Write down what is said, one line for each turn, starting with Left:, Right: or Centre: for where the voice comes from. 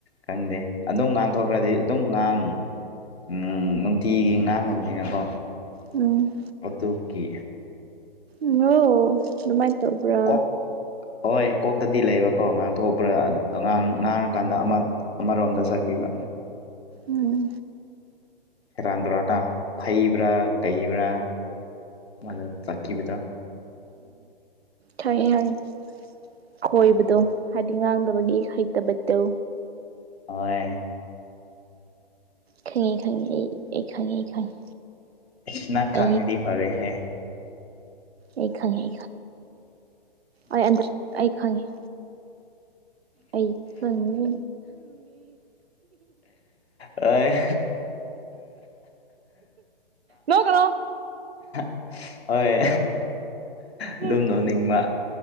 Left: ꯈꯪꯗꯦ ꯑꯗꯨꯝ ꯉꯥꯡꯊꯣꯛꯈ꯭ꯔꯗꯤ ꯑꯗꯨꯝ ꯉꯥꯡ ꯎ ꯅꯨꯡꯇꯤꯒꯤ ꯉꯥꯡꯅꯕꯅꯤꯅꯀꯣ
Right: ꯎꯝ
Left: ꯑꯗꯨ ꯀꯤ
Right: ꯎ ꯑꯣ ꯑꯗꯨꯃꯥꯏꯅ ꯇꯧꯕ꯭ꯔꯥ
Left: ꯀꯣꯛ ꯍꯣꯏ ꯀꯣꯛꯇꯗꯤ ꯂꯩꯕꯀꯣ ꯉꯥꯡꯊꯣꯛꯄ꯭ꯔꯥ ꯑꯉꯥꯡ ꯉꯥꯡꯔꯀꯥꯟꯗ ꯑꯃ ꯑꯃꯔꯣꯝꯗ ꯆꯠꯈꯤꯕ
Right: ꯎꯝ
Left: ꯍꯦꯔꯥꯟ ꯇꯨꯔꯥꯟꯅ ꯐꯩꯕ꯭ꯔꯥ ꯇꯩꯕ꯭ꯔꯥ ꯃꯥꯅ ꯆꯠꯈꯤꯕꯗꯣ
Right: ꯈꯪꯉꯦ ꯈꯪꯉꯦ ꯈꯣꯏꯕꯗꯣ
Left: ꯎꯝ
Right: ꯍꯥꯏꯗꯤ ꯉꯥꯡꯗꯕꯒꯤ ꯍꯩꯇꯕꯗꯣ
Left: ꯍꯣꯏ
Right: ꯈꯪꯉꯤ ꯈꯪꯉꯦ ꯑꯩ ꯑꯩ ꯈꯪꯉꯦ ꯑꯩ ꯈꯪꯉꯤ
Left: ꯏꯁ ꯅꯪ ꯈꯪꯒꯗꯤ
Right: ꯑꯩ
Left: ꯐꯔꯦ ꯍꯦ
Right: ꯑꯩ ꯈꯪꯉꯦ ꯑꯩ ꯈꯪꯉꯦ ꯑꯩ ꯑꯗ ꯑꯩ ꯈꯪꯉꯦ ꯑꯩ ꯈꯪꯉꯤ
Left: ꯍꯣꯏ
Right: ꯅꯣꯛꯀꯅꯣ
Left: <unintelligible> ꯍꯣꯏ
Right: ꯍꯣꯏ
Left: ꯑꯗꯨꯝ ꯅꯣꯟ ꯅꯤꯡꯕ